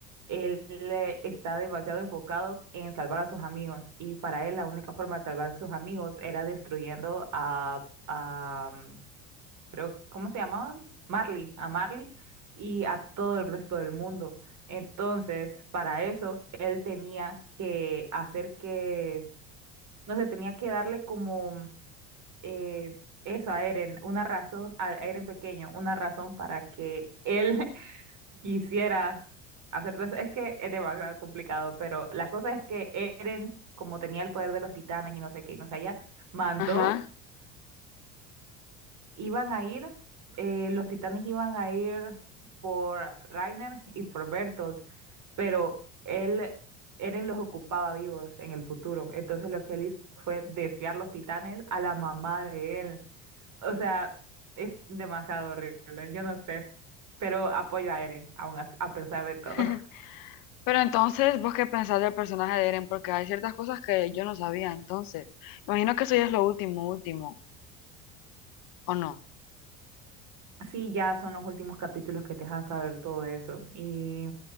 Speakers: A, on the right (about 50°); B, on the left (about 60°).
A: él eh, está demasiado enfocado en salvar a sus amigos y para él la única forma de salvar a sus amigos era destruyendo a, a, creo, ¿cómo se llamaban? Marley, a Marley y a todo el resto del mundo. Entonces, para eso, él tenía que hacer que, no sé, tenía que darle como eh, eso a Eren, una razón, a Eren pequeño, una razón para que él <laughs> quisiera hacer todo eso. Es que es demasiado complicado, pero la cosa es que Eren, como tenía el poder de los titanes y no sé qué, y no sé allá, mandó
B: ajá.
A: iban a ir, eh, los titanes iban a ir por Reiner y por Bertolt, pero él, Eren los ocupaba vivos en el futuro. Entonces lo que él hizo fue desviar los titanes a la mamá de él. O sea, es demasiado horrible, yo no sé, pero apoyo a Eren, aún así, a pesar de todo.
B: <laughs>
A: <laughs>
B: Pero entonces, ¿vos qué pensás del personaje de Eren? Porque hay ciertas cosas que yo no sabía, entonces. Imagino que eso ya es lo último, último, ¿o no?
A: Sí, ya son los últimos capítulos que te dejan saber todo eso. Y